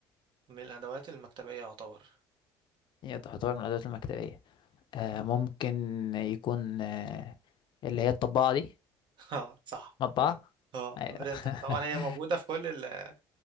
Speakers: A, on the right; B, on the left.
A: من الأدوات المكتبية يعتبر
B: هي تعتبر من الأدوات المكتبية آه ممكن يكون آه اللي هي الطباعة دي
A: <laughs> اه صح
B: مطبعة
A: اه
B: أيوة
A: برينتر
B: <laughs>
A: طبعا هي موجودة في كل ال